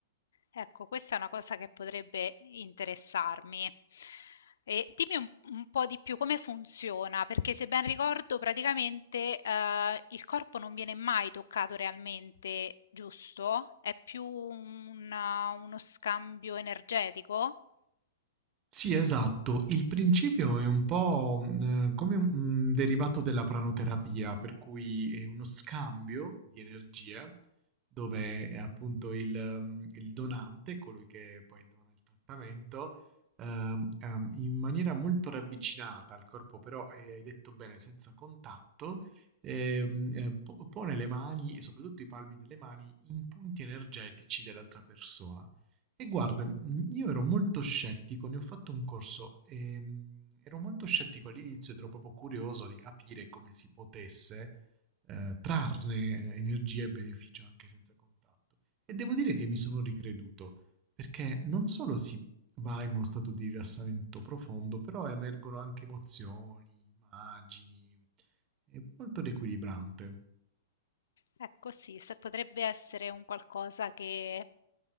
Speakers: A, on the left (about 90°); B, on the right (about 25°).
A: Ecco, questa è una cosa che potrebbe interessarmi. E dimmi un, un po' di più come funziona, perché se ben ricordo, praticamente eh, il corpo non viene mai toccato realmente, giusto? È più un- uno scambio energetico?
B: Sì, esatto. Il principio è un po', mhmm, come un un derivato della pranoterapia, per cui è uno scambio di energie, dove, ehm, appunto il mhmm, il donante, colui che poi dona il trattamento, ehm, ehm, in maniera molto ravvicinata al corpo, però, ehm, hai detto bene, senza contatto, ehm, ehm, po pone le mani e soprattutto i palmi delle mani in punti energetici dell'altra persona. E guarda, mhmm, io ero molto scettico, ne ho fatto un corso, ehm, ero molto scettico all'inizio ed ero proprio curioso di capire come si potesse, ehm, trarne eh, energia e beneficio anche senza contatto. E devo dire che mi sono ricreduto, perché non solo si va in uno stato di rilassamento profondo, però emergono anche emozioni, immagini, è molto riequilibrante.
A: Ecco sì, se potrebbe essere un qualcosa che,